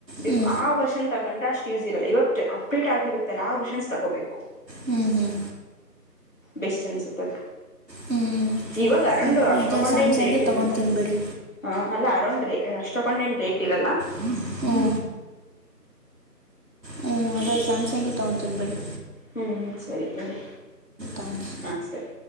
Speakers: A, on the right; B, on the left.
A: ಹ್ಞೂ
B: ಫ್ ಆ ವರ್ಷನ್ ತಗೊಂಡ್ರೆ ಅಷ್ಟು ಯೂಸ್ ಇರಲ್ಲ ಇವಾಗ ಅಪ್ಡೇಟ್ ಆಗಿರುತ್ತಲ್ಲ ಆ ವರ್ಷನ್ಸ್ ತಗೋಬೇಕು
A: ಹ್ಮ್ ಹ್ಮ್
B: ಬೆಸ್ಟ್ ಅನ್ಸತದ
A: ಹ್ಞೂ
B: ಇವಾಗ ಅರಂಡು
A: ಮತ್ತು
B: ಅಷ್ಟ
A: ಇದೇ
B: ತೊಕೊಂಡ್
A: ಸ್ಯಾಮ್ಸಂಗೇ
B: ಏನ್ ರೇಟ್ ಇರಲ್ಲ
A: ತೊಗೊತೀನಿ ಬಿಡಿ
B: ಹ ಅಲ್ಲ ಅರೌಂಡ್ ರೇ ಅಷ್ಟ ತೊಕೊಂಡ ಏನ್ ರೇಟ್ ಇರಲ್ಲ
A: ಹ್ಮ ಹ್ಮ್ ಅದೇ ಸ್ಯಾಮ್ಸಂಗಗೆ ತಗತೀನಿ ಬಡಿ
B: ಹ್ಮ್ ಸರಿ ಸರಿ
A: ಥ್ಯಾಂಕ್ಸ್
B: ಹಾ ಸರಿ